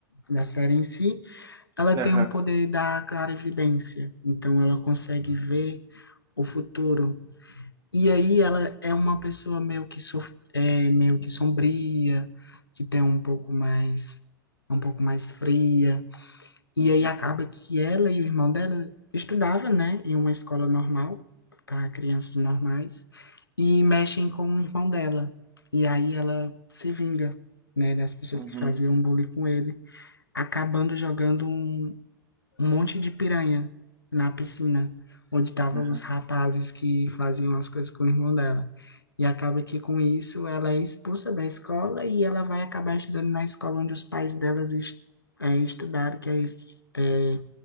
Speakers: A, on the left; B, on the right.
A: da série em si, ela tem
B: aham,
A: um poder da clarividência. Então, ela consegue ver o futuro. E aí ela é uma pessoa meio que sof- é, meio que sombria, que tem um pouco mais um pouco mais fria. E
B: uhum,
A: aí acaba que ela e o irmão dela estudava, né, em uma escola normal para crianças normais e mexem com o irmão dela. E aí ela se vinga, né, das pessoas
B: uhum,
A: que faziam bullying com ele, acabando jogando um, um monte de piranha na piscina, onde estavam
B: aham.
A: os rapazes que faziam as coisas com o irmão dela. E acaba que com isso ela é expulsa da escola e ela vai acabar estudando na escola onde os pais delas es- é, estudaram, que é, es- é